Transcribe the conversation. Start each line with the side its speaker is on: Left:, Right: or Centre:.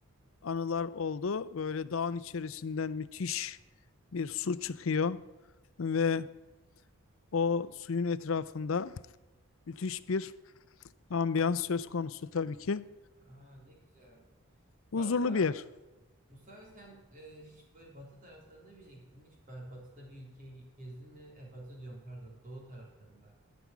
Left: anılar oldu. Böyle dağın içerisinden müthiş bir su çıkıyor ve o suyun etrafında müthiş bir ambiyans söz konusu tabii ki.
Right: aa, ne güzel.
Left: Huzurlu
Right: Valla
Left: bir yer.
Right: Musa sen e, hiç böyle batı taraflarında bir yere gittin mi? Hiç ba- batıda bir ülkeye ge- gezdin mi? E, batı diyorum pardon doğu taraflarında.